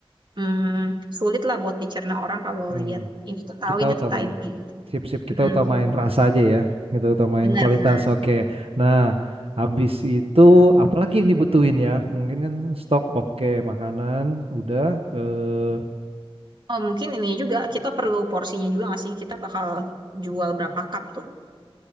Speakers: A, on the right (about 55°); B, on the right (about 80°).
A: mm, sulit lah buat dicerna orang kalau
B: Hmm,
A: lihat ini tuh tahu
B: kita
A: ini
B: utamain.
A: tuh Tahiti. gitu.
B: Sip, sip, kita
A: mm
B: utamain rasa aja ya. Kita utamain
A: Benar-benar.
B: kualitas. Oke. Nah, habis itu apalagi yang dibutuhin ya? Mungkin kan stok oke, makanan udah eh,
A: Oh mungkin ini juga kita perlu porsinya juga nggak sih? Kita bakal jual berapa cup tuh?